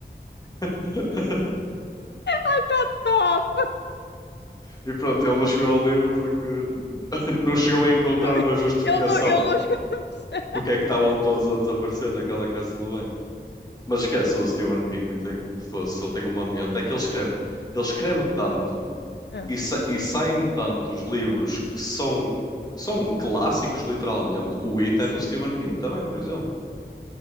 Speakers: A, on the left; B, on the left.
A: <laughs>
B: Tá top!
A: E pronto, ele não chegou ao livro porque <laughs> não chegou a encontrar
B: <laughs>
A: uma justificação
B: Ele não, ele não chegou a perceber.
A: porque é que estavam todos a desaparecer naquela casa do bem. Mas esquece, o Stephen King tem, fosse, ele tem uma mente, é que ele escreve, ele escreve tanto
B: <laughs>
A: e,
B: Ah.
A: sa- e saem tantos livros que são, são clássicos, literalmente. O It
B: Sim.
A: é do Stephen King também, por exemplo.